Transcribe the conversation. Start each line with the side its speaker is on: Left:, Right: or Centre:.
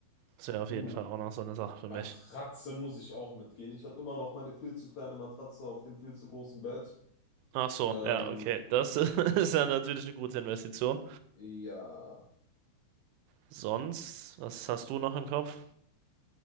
Right: Das wäre auf
Left: Uh,
Right: jeden Fall auch noch so eine Sache für
Left: Matratze
Right: mich.
Left: muss ich auch mitgehen. Ich habe immer noch meine viel zu kleine Matratze auf dem viel zu großen Bett.
Right: Ach so,
Left: Ähm,
Right: ja, okay. Das <laughs> ist ja natürlich eine gute Investition.
Left: ja.
Right: Sonst, was hast du noch im Kopf?